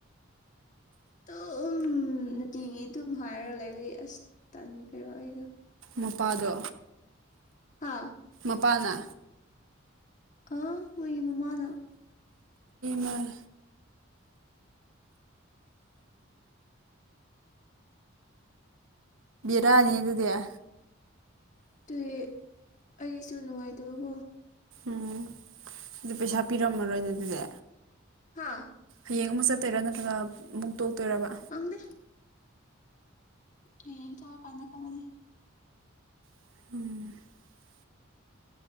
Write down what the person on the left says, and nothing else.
ꯑꯗꯨꯝ ꯅꯨꯡꯇꯤꯒꯤ ꯑꯗꯨꯝ ꯍꯥꯏꯔꯒ ꯂꯩꯕꯒꯤ ꯑꯁ ꯇꯟꯈ꯭ꯔꯦꯕ ꯑꯩꯗꯣ
ꯑꯥ
ꯑꯥ ꯋꯥ ꯌ ꯃꯥꯟ
ꯑꯗꯨꯗꯤ ꯑꯩꯒꯤꯁꯨ ꯅꯨꯡꯉꯥꯏꯇꯕꯀꯣ
ꯍꯥꯥ
ꯈꯪꯗꯦ ꯍꯌꯦꯡ ꯆꯥꯔꯀꯥꯟꯗ ꯈꯪꯑꯅꯤ